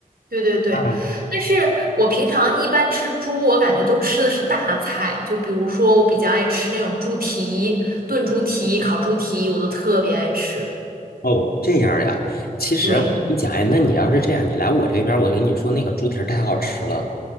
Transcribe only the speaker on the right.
对对对，
但是我平常一般吃猪，我感觉都吃的是大菜，就比如说我比较爱吃那种猪蹄、炖猪蹄、烤猪蹄，我都特别爱吃。
对，